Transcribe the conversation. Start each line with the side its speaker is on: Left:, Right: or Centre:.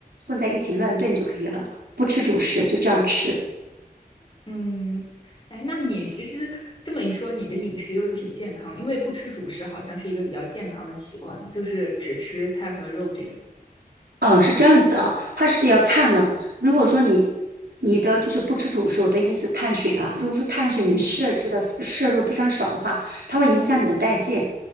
Right: 混在一起乱炖就可以了，不吃主食，就这样吃。
Left: <laughs> 嗯，哎，那你其实这么一说，你的饮食又挺健康，因为不吃主食好像是一个比较健康的习惯，就是只吃菜和肉这样。
Right: 嗯，是这样子的啊，它是要看呢。如果说你你的就是不吃主食，我的意思碳水啊，如果说碳水你摄制的摄入非常少的话，
Left: 嗯。
Right: 它会影响你的代谢，